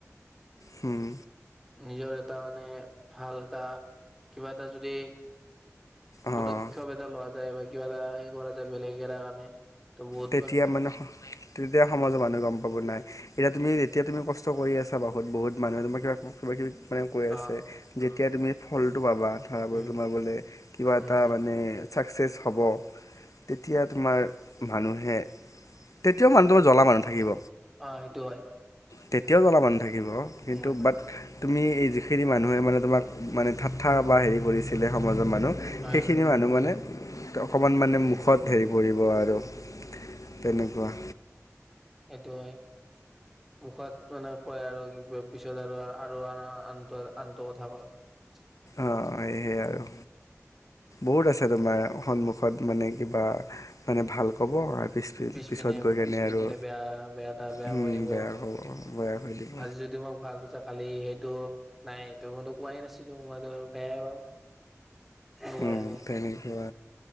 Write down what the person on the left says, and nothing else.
হম।
অঁ
তেতিয়া মানে তেতিয়া সমাজ মানুহ গম ক'ব নাই, এতিয়া তুমি তেতিয়া তুমি কষ্ট কৰি আছা বহুত বহুত মানুহে তমৰ কিবা কিবা কিবি আছে
যেতিয়া তুমি ফলটো পাবা
তোমাৰ বোলে কিবা এটা
মানে চাকচেচ হ'ব। তেতিয়া তোমাৰ মানুহে, তেতিয়াও মানুহটো জ্বলা মানুহ থাকিব
তেতিয়াও জ্বলা বান্ধ থাকে। থাকিব কিন্তু
বাত তুমি এই যিখিনি মানুহে মানে তোমাক মানে ঠাট্টা বা হেৰি কৰিছিলে সম মানুহ
সেইখিনি মানুহ মানে। অকমান মানে মুখত হেৰি পৰিব আৰু তেনেকুৱা
অ সেহে আৰু বহুত আছে তোমাৰ সন্মুখত মানে কিবা মানে ভাল ক'ব পিছ
পিছত গৈ কেনে
আৰু
উম
বেয়া ক'ব বেয়া কৈ দিব
উম
তেনেকুৱা